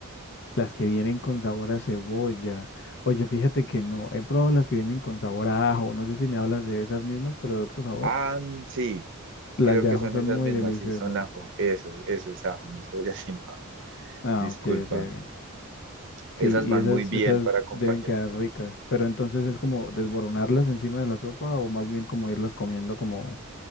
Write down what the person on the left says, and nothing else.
las que vienen con sabor a cebolla. Oye, fíjate que no, he probado las que vienen con sabor a ajo. No sé si me hablas de esas mismas, pero de otro sabor.
Las
de
ajo
son
muy
deliciosas.
Ah,
ok, ok, ok.
Sí, y
esas,
esas
deben quedar ricas. Pero entonces es como desboronarlas encima de la sopa o más bien como irlas comiendo como,